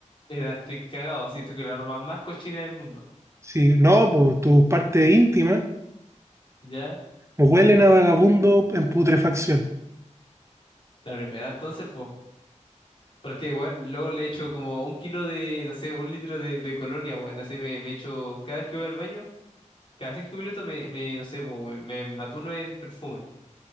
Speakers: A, on the left; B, on the right.
A: la estoy cagado, así esto que la ropa más cochina del mundo.
B: Sí, no, pues tu parte íntima
A: Ya.
B: huelen a vagabundo en putrefacción.
A: La primera entonces, pues. Porque, bueno, luego le echo como un kilo de, no sé, un litro de, de colonia, bueno, así me, me echo, cada vez que voy al baño, cada cinco minutos me, me no sé, po, me, me matuno en perfume.